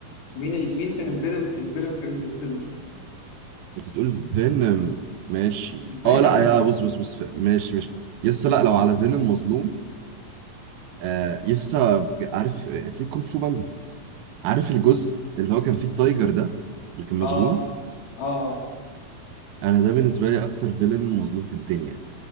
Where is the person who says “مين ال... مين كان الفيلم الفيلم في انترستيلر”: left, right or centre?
Left